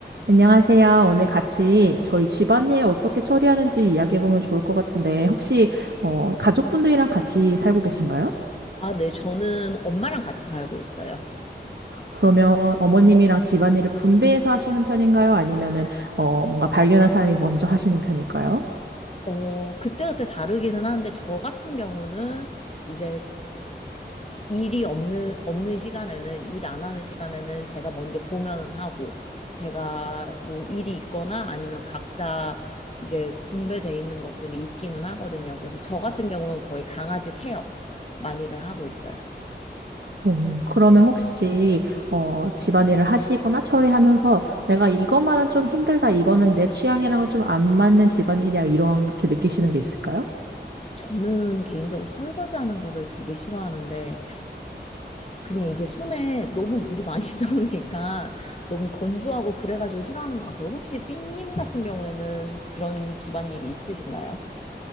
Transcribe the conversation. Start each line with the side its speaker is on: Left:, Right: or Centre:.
Right: 안녕하세요. 오늘 같이 저희 집안일 어떻게 처리하는지 이야기해보면 좋을 것 같은데, 혹시, 어, 가족분들이랑 같이 살고 계신가요?
Left: 아, 네, 저는 엄마랑 같이 살고 있어요.
Right: 그러면 어머님이랑 집안일을 분배해서 하시는 편인가요? 아니면은, 어, 뭔가 발견한 사람이 먼저 하시는 편일까요?
Left: 어, 그때그때 다르기는 하는데, 저 같은 경우는 이제 일이 없는, 없는 시간에는, 일 안 하는 시간에는 제가 먼저 보면은 하고, 제가 뭐 일이 있거나 아니면 각자 이제 분배돼 있는 것들이 있기는 하거든요. 그래서 저 같은 경우는 거의 강아지 케어 많이를 하고 있어요.
Right: 오, 그러면 혹시, 어, 집안일을 하시거나 처리하면서 내가 이것만은 좀 힘들다, 이거는 내 취향이랑은 좀 안 맞는 집안일이야, 이렇게 느끼시는 게 있을까요?
Left: 저는 개인적으로 설거지하는 거를 되게 싫어하는데, 그냥 이게 손에 너무 물이 많이 <laughs> 나오니까 너무 건조하고 그래가지고 싫어하는 것 같아요. 혹시 삐님 같은 경우에는 그런 집안일이 있으신가요?